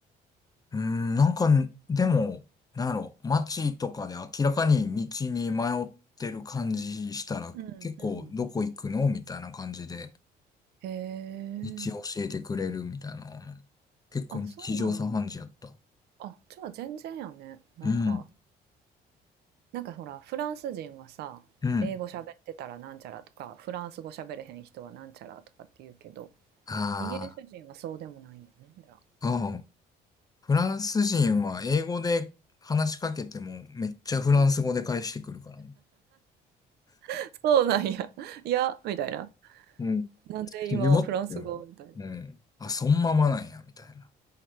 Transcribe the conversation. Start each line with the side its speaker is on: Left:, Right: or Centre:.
Left: うん。なんか、でも、なんやろ、街とかで明らかに道に迷ってる感じしたら、
Right: うんうん
Left: 結構どこ行くのみたいな感じで、
Right: へえ
Left: 道教えてくれるみたいな。結構日常茶飯事やった。
Right: あそうなんやあじゃあ全然やねなんか
Left: うん。
Right: なんかほらフランス人はさ英語喋ってたらなんちゃらとかフランス語喋れへん人はなんちゃらとかって言うけど
Left: うん。あ
Right: イギリス人はそうでもないんやねじゃあ
Left: あ、うん。フランス人は英語で話しかけてもめっちゃフランス語で返してくるからな。
Right: うん <laughs> そうなんやいやみたいな
Left: うん。
Right: なんで今フランス語みたいな
Left: よって思う。うん。あ、そんままなんや、みたいな。